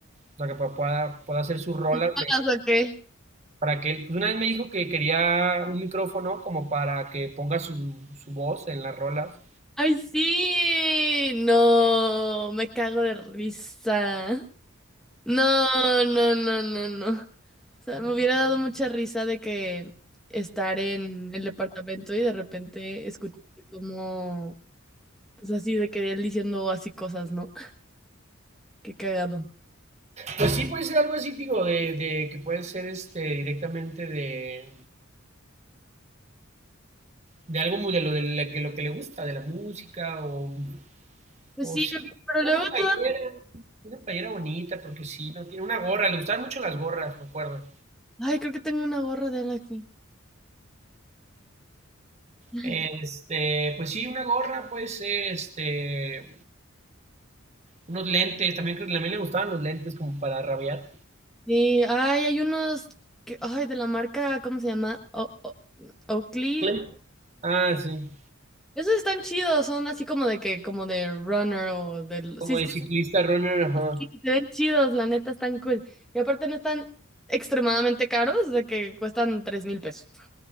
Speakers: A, on the right; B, in the centre.
A: o sea, que pueda, pueda pueda hacer sus rolas
B: ¿Pagas o qué?
A: para que él, pues una vez me dijo que quería un micrófono como para que ponga su, su voz en las rolas.
B: ay, sí. No, me cago de risa. No, no, no, no, no. O sea, me hubiera dado mucha risa de que estar en el departamento y de repente escuchar como, pues así, de que él diciendo así cosas, ¿no? Qué cagado.
A: Pues sí, puede ser algo así, digo, de, de que puede ser este directamente de, de algo muy de lo, de la que, lo que le gusta, de la música o,
B: Pues
A: o
B: sí,
A: sí,
B: pero luego
A: una playera,
B: todas...
A: una playera bonita, porque sí, no tiene una gorra, le gustaban mucho las gorras, me acuerdo.
B: Ay, creo que tengo una gorra de él aquí. <laughs>
A: Este, pues sí, una gorra puede ser, este, unos lentes, también creo que también le gustaban los lentes como para rabiar.
B: Sí, ay, hay unos que, ay, de la marca, ¿cómo se llama? O- O- Oakley.
A: Lentes. Ah, sí.
B: Esos están chidos, son así como de que, como de runner o del...
A: Como
B: Sí,
A: de
B: sí,
A: ciclista runner, ajá.
B: Sí, se ven chidos, la neta, están cool. Y aparte no están extremadamente caros, de que cuestan tres mil pesos.